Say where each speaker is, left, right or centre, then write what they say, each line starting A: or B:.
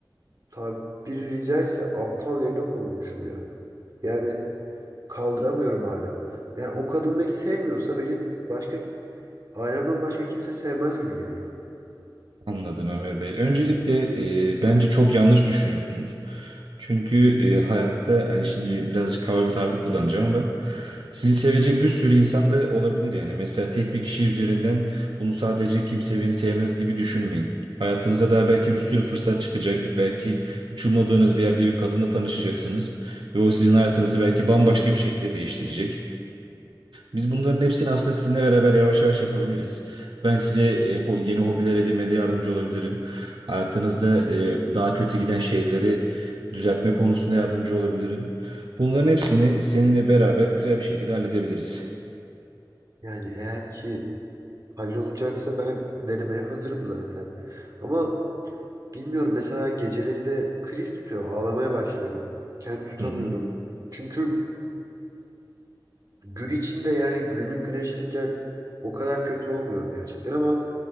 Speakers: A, on the right; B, on the right.
A: Tabiri caizse aptal yerine konulmuşum ya. Yani kaldıramıyorum hala. Yani o kadın beni sevmiyorsa beni başka ailemden başka kimse sevmez gibi geliyor.
B: Anladım Ömer Bey. Öncelikle e, bence çok yanlış düşünüyorsunuz. Çünkü e, hayatta hani şimdi birazcık hava bir tabir kullanacağım ama sizi sevecek bir sürü insan da olabilir yani. Mesela tek bir kişi üzerinden bunu sadece kimse beni sevmez gibi düşünmeyin. Hayatınıza daha belki bir sürü fırsat çıkacak. Belki hiç ummadığınız bir yerde bir kadınla tanışacaksınız. Ve o sizin hayatınızı belki bambaşka bir şekilde değiştirecek. Biz bunların hepsini aslında sizinle beraber yavaş yavaş yapabiliriz. Ben size e, ho- yeni hobiler edinmede yardımcı olabilirim. Hayatınızda e, daha kötü giden şeyleri düzeltme konusunda yardımcı olabilirim. Bunların hepsini seninle beraber güzel bir şekilde halledebiliriz.
A: Yani eğer ki Hallolacaksa ben denemeye hazırım zaten. Ama bilmiyorum mesela geceleri de kriz tutuyor. Ağlamaya başlıyorum. Kendimi tutamıyorum.
B: Hı hı.
A: Çünkü gün içinde yani günlük güneşlikken o kadar kötü olmuyorum gerçekten ama